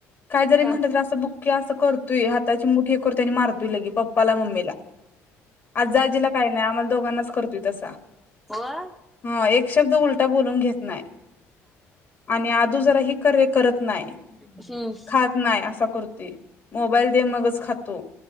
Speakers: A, on the left; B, in the centre.
A: काय जरी <unintelligible> म्हटलं
B: हा
A: तर असं बुक की असं करतोय हाताची मुठे हे करतोय आणि मारतोय लगे पप्पाला मम्मींला आज्जा आज्जीला काही नाही आम्हाला दोघांनाच करतोय तसा
B: होय
A: हा एक शब्द उलटा बोलून घेत नाही. आणि आदू जरा ही करे करत नाही
B: हम्म.
A: खात नाही असं. कुर्ती मोबाईल दे मगच खातो